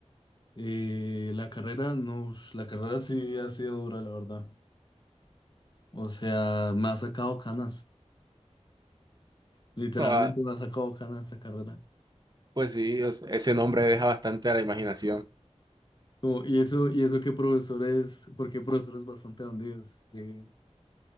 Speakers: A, on the left (about 40°); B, on the right (about 35°).
A: Eh, la carrera, no, ush, la carrera sí ha sido dura, la verdad. O sea, me ha sacado canas. Literalmente
B: No, Ah,
A: me ha sacado canas esta carrera.
B: pues sí, o sea, ese nombre deja bastante a la imaginación
A: Como, y eso, y eso que profesores, porque profesores bastante bandidos, que,